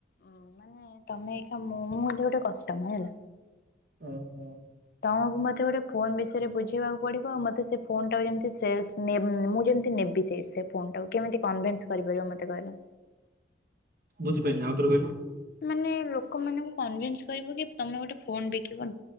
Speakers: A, on the left; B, on the right.
A: ଉ ମାନେ ତମେ ମୁଁ ଏମିତି ଗୋଟେ କଷ୍ଟମର ହେଲା।
B: ଓ ହୋ।
A: ତମକୁ ମତେ ଗୋଟେ ଫୋନ ବିଷୟରେ ବୁଝେଇବାକୁ ପଡିବ ଆଉ ମତେ ସେ ଫୋନ ଟାକୁ ଯେମତି ମୁଁ ଯେମିତି ନେବି ସେ ସେ ଫୋନ୍ ଟାକୁ କେମିତି କନ୍ସ କରିପାରିବ ମତେ କହିଲ?
B: ବୁଝିପାରିଲିନି ଆଉ ଥରେ କହିଁଲ।
A: ମାନେ ଲୋକମାନଙ୍କୁ କନନ୍ସ କରିବ କି ତମେ ଗୋଟେ ଫୋନ ବିକିବ